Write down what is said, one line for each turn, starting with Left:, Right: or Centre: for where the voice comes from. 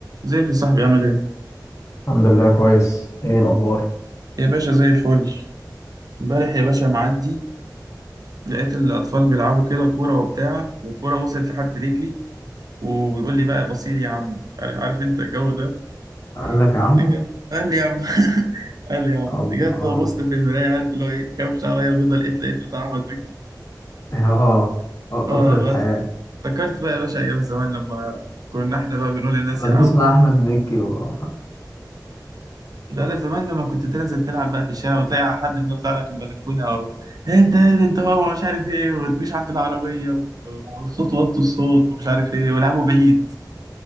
Right: ازيك يا صاحبي عامل ايه؟
Left: الحمد لله كويس ايه الاخبار
Right: يا باشا زي الفل امبارح يا باشا معدي لقيت الأطفال بيلعبوا كده كورة وبتاع والكورة وصلت لحد رجلي وبيقول لي بقى بصير يا عم عارف, عارف انت الجو ده
Left: قال لك
Right: <laughs>
Left: يا عمو
Right: رجع- قال لي يا عم <laughs> قال لي يا عم
Left: الله
Right: رجعت وبصت في المراية عارف اللي هو ايه كام شعرية بيضة لقيت لقيت بتاع أحمد مكي
Left: <laughs> اه قطر
Right: اه
Left: الحياة
Right: بس افتكرت بقى يا باشا أيام زمان لما كنا احنا بقى بنقول للناس
Left: كنا
Right: يا
Left: بنسمع
Right: عم
Left: أحمد مكي و...
Right: لا لا زمان لما كنت تنزل تلعب بقى في الشارع وتلاقي حد كده طلع لك من بلكونه او إيه انت يا دي انت هو مش عارف ايه وما تجوش عند العربيه و- والصوت وطوا الصوت ومش عارف ايه ولعبوا بعيد